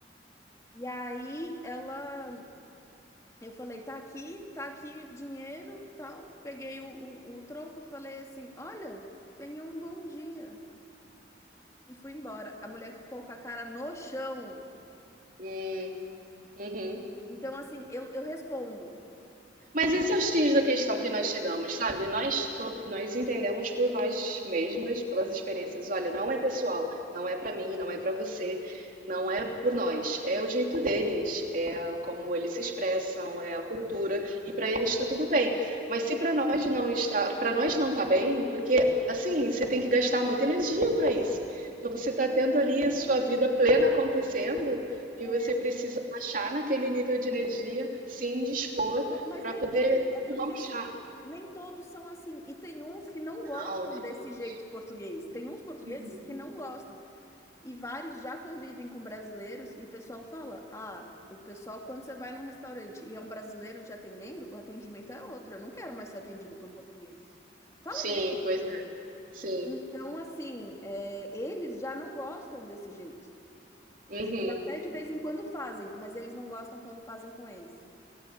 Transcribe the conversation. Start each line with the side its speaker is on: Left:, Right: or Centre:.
Left: E aí ela, eu falei, tá aqui, tá aqui o dinheiro, tal. Peguei o, o, o troco e falei assim, olha, tenha um bom dia. E fui embora. A mulher ficou com a cara no chão.
Right: Hum, uhum.
Left: Então, assim, eu, eu respondo.
Right: Mas esse é o X da questão que nós chegamos, sabe? Nós, com- nós entendemos por nós mesmas, pelas experiências. Olha, não é pessoal, não é pra mim, não é pra você, não é por nós. É o jeito deles, é como eles se expressam, é a cultura e pra eles está tudo bem. Mas se pra nós não está, para nós não tá bem, porque assim você tem que gastar muita energia pra isso. Então você tá tendo
Left: Mas sabe
Right: ali
Left: que
Right: a
Left: nem.
Right: sua vida plena acontecendo e
Left: é,
Right: você precisa achar naquele nível de energia, se indispor
Left: não, mas
Right: para
Left: nem
Right: poder
Left: todos. É porque,
Right: tomar um
Left: assim,
Right: chá.
Left: nem todos são assim. E tem uns que não gostam
Right: Não, nem
Left: desse
Right: todos.
Left: jeito português. Tem uns portugueses
Right: Uhum.
Left: que não gostam. E vários já convivem com brasileiros e o pessoal fala: ah, o pessoal, quando você vai num restaurante e é um brasileiro te atendendo, o atendimento é outro. Eu não quero mais ser atendido por portugueses. Fala
Right: Sim,
Left: mesmo.
Right: pois é. Sim.
Left: Então, assim, é, eles já não gostam desse jeito.
Right: Uhum.
Left: Eles até de vez em quando fazem, mas eles não gostam quando fazem com eles.